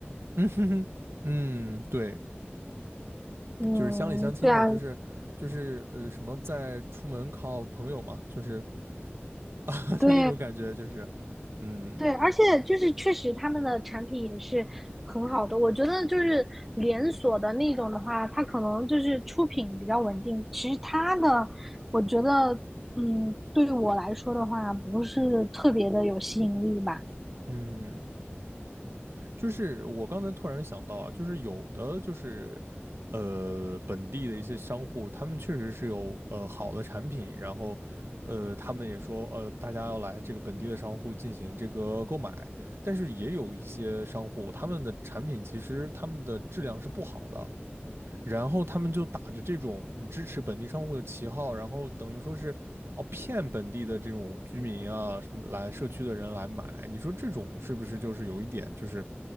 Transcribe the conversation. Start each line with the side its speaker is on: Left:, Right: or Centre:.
Right: 嗯哼哼，嗯，对，
Centre: 嗯，
Right: 就是乡里乡亲的，
Centre: 对啊，
Right: 就是就是呃什么在出门靠朋友嘛，就是 <laughs>
Centre: 对
Right: 就那种感觉，就是嗯
Centre: 对，而且就是确实他们的产品也是很好的，我觉得就是连锁的那种的话，它可能就是出品比较稳定，其实它的我觉得，嗯，对我来说的话，不是特别的有吸引力吧。
Right: 嗯就是我刚才突然想到啊，就是有的就是呃本地的一些商户，他们确实是有呃好的产品，然后呃他们也说呃大家要来这个本地的商户进行这个购买，但是也有一些商户他们的产品其实他们的质量是不好的，然后他们就打着这种嗯支持本地商户的旗号，然后等于说是。哦，骗本地的这种居民啊，什么来社区的人来买，你说这种是不是就是有一点就是